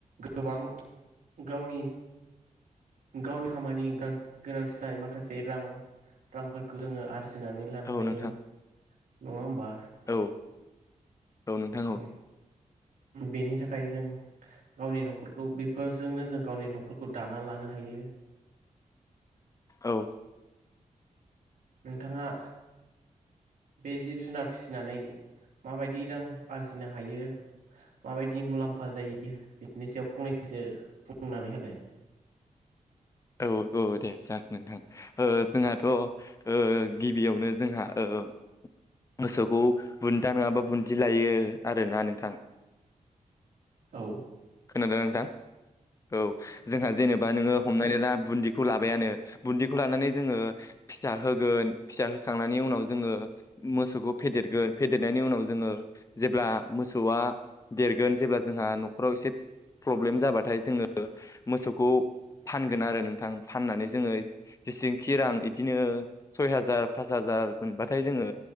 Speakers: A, on the right; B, on the left.
A: गोबां गावनि गावनि खामानि गां गोनांथिनाय जानाय माखासे बे रां रांफोरखौ जोङो आरजिनानै लानो
B: औ
A: हायो
B: नोंथां
A: नङा होनबा।
B: औ, औ नोंथां। औ
A: <unintelligible> बेनि थाखाय जों गावनि न'खरखौ बेफोरजोंनो जों गावनि न'खरखौ दाना लानो हायो।
B: औ।
A: नोंथाङा बे जिब जुनार फिसिनानै माबायदि रां आरजिनो हायो? माबायदि मुलाम्फा जायो बिनि सायाव फंनैसो बुंनानै होलाय।
B: औ औ दे जागोन नोंथां। ओ जोंहाथ'ओ गिबियावनो जोंहा ओ मोसौखौ बुन्दा नोङाबा बुन्दि लायो आरोना नोंथां
A: औ
B: खोनादोंना नोंथां औ जोंहा जेनेबा नोङो हमनानै ला बुन्दिखौ लाबायानो, बुन्दिखौ लानानै जोङो फिसा होगोन, फिसा होखांनायनि उनाव जोङो मोसौखौ फेदेरगोन फेदेरनायनि उनाव जोङो जेब्ला मोसौआ देरगोन जेब्ला जोंहा न'खराव एसे प्रब्लेम जाबाथाय जोङो मोसौखौ फानगोन आरो नोंथां। फाननानै जोङो जेसेंखि रां इदिनो सय हाजार पास हाजार मोनबाथाय जोङो